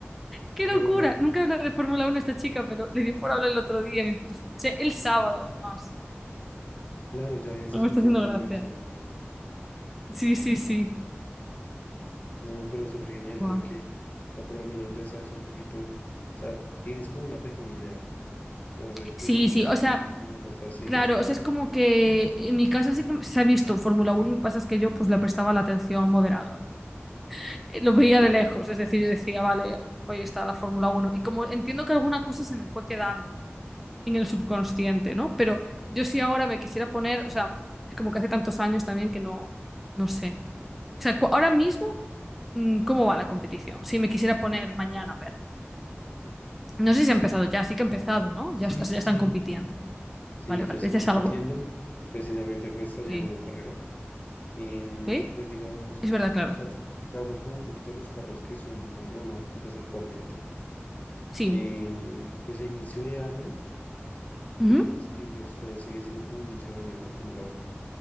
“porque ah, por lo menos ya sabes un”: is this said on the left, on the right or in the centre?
Left